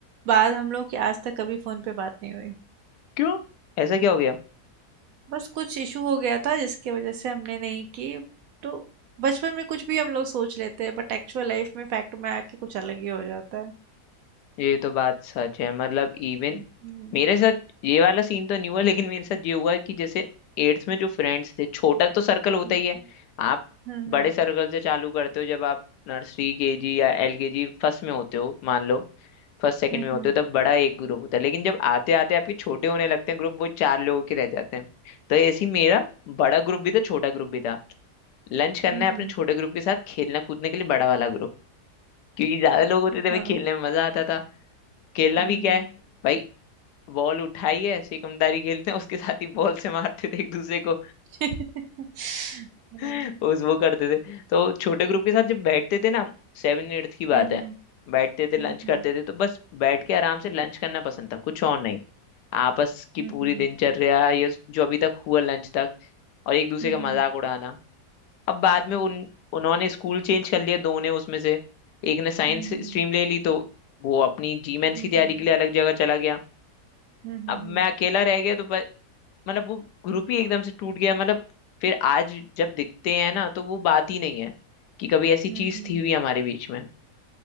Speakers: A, on the right; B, on the left.
A: बाद हम लोग की आज तक कभी फ़ोन पे बात नहीं हुई
B: क्यों ऐसा क्या हो गया
A: बस कुछ इशू हो गया था जिसकी वजह से हमने नहीं की तो बचपन में कुछ भी हम लोग सोच लेते हैं बट एक्चुअल लाइफ में फैक्ट में आके कुछ अलग ही हो जाता है
B: ये तो बात सच है मतलब इवन
A: हम्म
B: मेरे साथ ये वाला सीन तो नहीं हुआ लेकिन मेरे साथ ये हुआ कि जैसे एट्थ में जो फ्रेंड्स थे छोटा तो सर्कल होता
A: हम्म
B: ही है
A: <laughs>
B: आप
A: हम्म
B: बड़े सर्कल से चालू करते हो जब आप नर्सरी केजी या एलकेजी फर्स्ट में होते हो मान लो फर्स्ट सेकंड
A: हम्म
B: में होते हो तब बड़ा एक ग्रुप होता है लेकिन जब आते आते आपके छोटे होने लगते हैं ग्रुप वो चार लोगों के रह जाते हैं तो ऐसे ही मेरा बड़ा ग्रुप भी था छोटा ग्रुप भी था लंच करना
A: हम्म
B: है अपने
A: हम्म,
B: छोटे ग्रुप के साथ खेलना कूदने के लिए बड़ा वाला ग्रुप क्योंकि ज्यादा लोग होते थे भाई
A: हाँ
B: खेलने में मजा आता था खेलना
A: हम्म
B: भी क्या
A: हम्म
B: है भाई बॉल उठाई है सिकमदारी खेलते हैं उसके साथ ही बॉल से मारते थे एक दूसरे को
A: <laughs> हाँ,
B: <laughs> उस वो करते थे तो छोटे ग्रुप के साथ जब बैठते थे ना सेवन एट्थ की बात
A: हम्म
B: है बैठते थे लंच
A: हम्म
B: करते थे तो बस बैठ के आराम से लंच करना पसंद था कुछ और नहीं आपस की
A: हम्म
B: पूरी
A: हम्म,
B: दिनचर्या ये जो अभी तक हुआ लंच तक और एक दूसरे
A: हुँ,
B: का मजाक
A: हुँ,
B: उड़ाना अब बाद में उन उन्होंने स्कूल चेंज कर लिया दो ने उसमें से एक ने साइंस
A: हुँ,
B: स्ट्रीम ले ली तो वो अपनी जीमेंस
A: हुँ,
B: की तैयारी
A: हुँ,
B: के लिए अलग जगह चला गया
A: हुँ, हुँ,
B: अब
A: हुँ,
B: मैं अकेला रह गया तो मतलब वो ग्रुप ही एकदम से टूट गया मतलब फिर आज जब दिखते हैं ना तो वो बात ही नहीं है कि कभी ऐसी
A: हुँ,
B: चीज
A: हुँ,
B: थी हुई हमारे बीच में